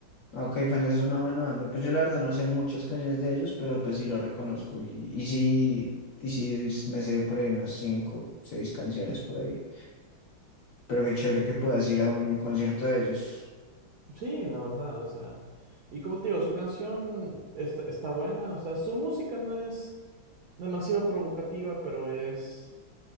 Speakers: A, on the left; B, on the right.
A: Ok, Fans es una buena banda. Pues yo la verdad no sé muchas canciones de ellos, pero pues sí lo reconozco. Y, y sí, y sí es- me sé por ahí unas cinco, seis canciones por ahí. Pero qué chévere que puedas ir a un concierto de ellos.
B: Sí, la verdad, o sea, y como te digo, su canción está, está buena, o sea, su música no es demasiado provocativa, pero es